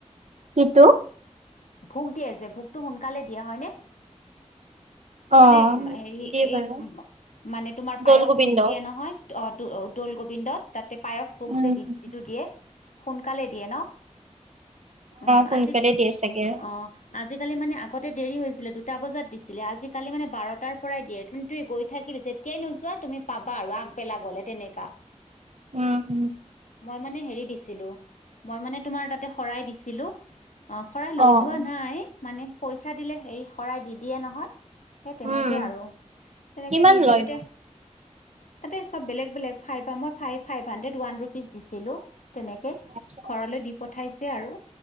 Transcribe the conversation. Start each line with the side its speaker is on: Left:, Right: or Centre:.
Right: কিটো
Left: ভোগ দিয়ে যে ভোগটো সোনকালে দিয়ে হয়নে?
Right: অ
Left: মানে হেৰি
Right: দিয়ে
Left: এই
Right: বাৰু
Left: মানে তোমাৰ
Right: দৌল
Left: পায়স
Right: গোবিন্দ।
Left: ভোগ দিয়ে নহয় দৌলগোবিন্দত। তাতে পায়স ভোগ
Right: উম,
Left: যিটো দিয়ে সোনকালে দিয়ে ন? অ,
Right: সোনকালে
Left: আজি
Right: দিয়ে চাগে।
Left: অ, আজিকালি মানে আগতে দেৰি হৈছিলে দুটা বজাত দিছিলে আজিকালি মানে বাৰটাৰ পৰাই দিয়ে কিন্তু গৈ থাকিলে যে তেতিয়াই নোযোৱা তুমি পাবা আৰু আগবেলা গলে তেনেকা
Right: উম,
Left: মই মানে হেৰি দিছিলো মই মানে তোমাৰ তাতে শৰাই দিছিলো। অ, শৰাই লৈ
Right: অ'
Left: যোৱা নাই মানে পইচা দিলে হেৰি শৰাই দি দিয়ে নহয়। সেই তেনেকে
Right: উম,
Left: আৰু তেনেকে
Right: কিমান
Left: দি দিওতে
Right: লয় নো?
Left: তাতে চব বেলেগ- বেলেগ ফাইভ মই five five hundred one rupees দিছিলো। তেনেকে
Right: আচ্ছা।
Left: ঘৰলৈ দি পঠাইছে আৰু